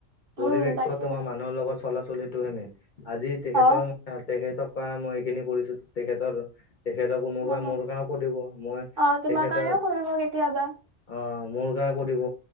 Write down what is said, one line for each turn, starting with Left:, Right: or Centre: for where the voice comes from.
Right: উম
Left: পৰিৱেশটো
Right: তাকে
Left: তোমাৰ মানুহৰ লগত চলাচলিটোহে মেইন। আজি তেখেতৰ
Right: অ
Left: ম তেখেতক কা মই এইখিনি কৰিছো। তেখেতৰ তেখেতৰ কোনোবা
Right: অ
Left: মোৰ কাম কৰিব মই
Right: অ তোমাৰ
Left: তেখেতৰ।
Right: কাৰণেও কৰিব কেতিয়াবা
Left: অ মোৰ গা। কৰিব